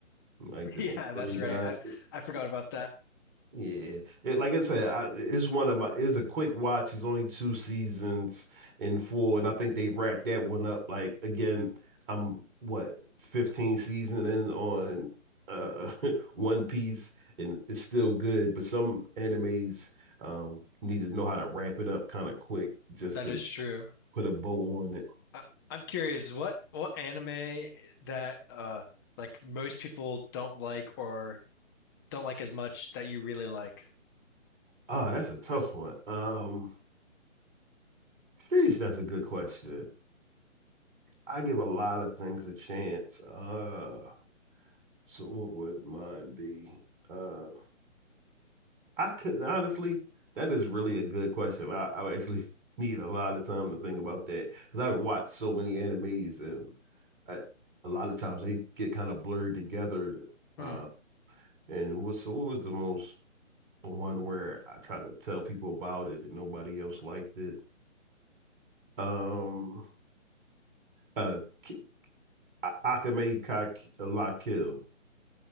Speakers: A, on the right; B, on the left.
A: Like
B: <laughs>
A: the
B: Yeah,
A: before
B: that's
A: he died.
B: right. I I forgot about that.
A: Yeah, It- like I said, I, it's one of my. It's a quick watch. It's only two seasons in full, and I think they wrapped that one up. Like again, I'm what 15 season in on uh <laughs> One Piece, and it's still good. But some animes um need to know how to ramp it up kind of quick just
B: That
A: to
B: is true.
A: put a bow on it.
B: I, I'm curious, what what anime that uh like most people don't like or don't like as much that you really like?
A: Oh, that's a tough one. Um, sheesh, that's a good question. I give a lot of things a chance. Uh. So what would mine be? Uh, I could honestly, that is really a good question. I, I would actually <laughs> need a lot of time to think about that because I watch so many animes and I, a lot of times they get kind of blurred together.
B: Hmm.
A: Uh, and what, so what was the most one where I tried to tell people about it and nobody else liked it? Um, uh, Ki- A- Akame Ka Ki- La Kill.